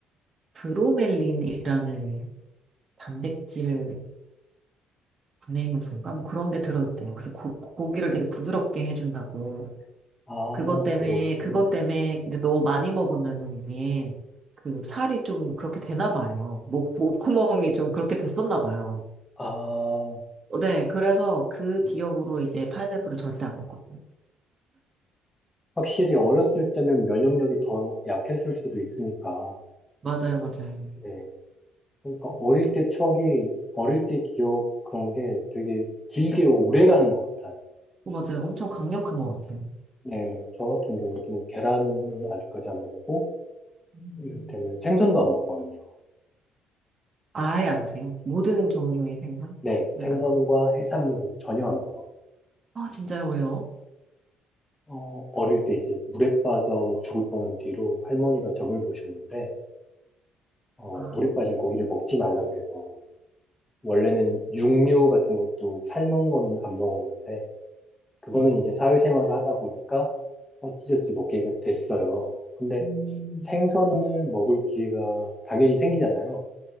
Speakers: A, on the right; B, on the left.
A: 브로멜린이라는 단백질 분해 효소인가? 뭐 그런 게 들어있대요. 그래서 고, 고기를 되게 부드럽게 해준다고.
B: 아,
A: 그것 때문에,
B: 들어오니.
A: 그것 때문에, 근데 너무 많이 먹으면은 이게, 그 살이 좀 그렇게 되나 봐요. 목, 목구멍이 좀 그렇게 됐었나 봐요.
B: 아,
A: 어, 네, 그래서 그 기억으로 이제 파인애플은 절대 안 먹거든요.
B: 확실히 어렸을 때면 면역력이 더 약했을 수도 있으니까.
A: 맞아요, 맞아요.
B: 네. 그러니까
A: 음,
B: 어릴 때 추억이, 어릴 때 기억 그런 게 되게 길게 오래 가는 것 같아요.
A: 어, 맞아요. 엄청 강력한 것 같아요.
B: 네. 저 같은 경우도 계란을 아직까지 안 먹고,
A: 음.
B: 이를테면 생선도 안 먹거든요.
A: 아예 안 드세요? 모든 종류의 생선은
B: 네. 생선과
A: 안.
B: 해산물을 전혀 안 먹어요.
A: 아, 진짜요? 왜요?
B: 어, 어릴 때 이제 물에 빠져 죽을 뻔한 뒤로 할머니가 점을 보셨는데, 어,
A: 아,
B: 물에 빠진 고기를 먹지 말라 그래서 원래는 육류 같은 것도 삶은 거는 안 먹었는데, 그거는
A: 네,
B: 이제 사회생활을 하다 보니까 어찌저찌 먹게 됐어요. 근데
A: 음,
B: 생선을 먹을 기회가 당연히 생기잖아요.